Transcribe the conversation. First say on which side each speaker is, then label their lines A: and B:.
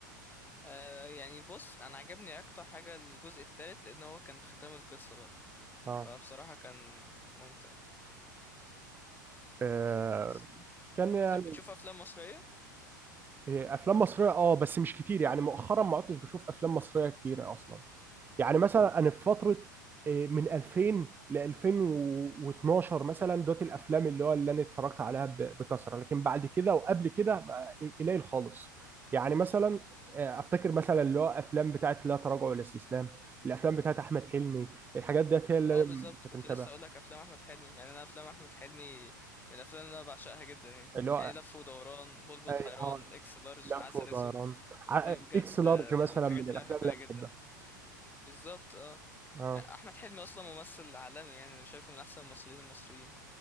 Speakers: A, on the left; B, on the right.
A: آه يعني بص انا عجبني اكتر حاجة الجزء الثالث لان هو كان ختام القصة بقى
B: اه
A: فبصراحة كان ممتع يعني
B: آه،
A: بس
B: كان يعني
A: طب بتشوف افلام مصرية
B: إيه، افلام مصريه اه بس مش كتير يعني مؤخرا ما عدتش بشوف افلام مصريه كتير اصلا يعني مثلا انا في فتره إيه، من 2000 ل 2012 مثلا دوت الافلام اللي هو اللي انا اتفرجت عليها ب- بكثره لكن بعد كده وقبل كده ما- قليل خالص يعني مثلا آه، افتكر مثلا اللي هو افلام بتاعت لا تراجع ولا استسلام الافلام بتاعت احمد حلمي الحاجات ديت هي اللي
A: اه
B: انا
A: بالظبط
B: كنت
A: كنت
B: متابع
A: لسه اقول لك افلام احمد حلمي يعني انا افلام احمد حلمي من الافلام اللي انا بعشقها جدا يعني
B: اللي هو
A: يعني لف ودوران بلبل
B: اه
A: حيران
B: آه،
A: اكس لارج
B: لف
A: عسل
B: ودوران
A: اسود
B: ع-
A: دي
B: آه،
A: بجد
B: اكس لارج
A: آه،
B: مثلا
A: من الحاجات
B: من
A: اللي
B: الافلام
A: انا بحبها
B: اللي
A: جدا
B: انا بحبها
A: بالظبط اه
B: آه.
A: احمد حلمي اصلا ممثل عالمي يعني انا شايفه من احسن الممثلين المصريين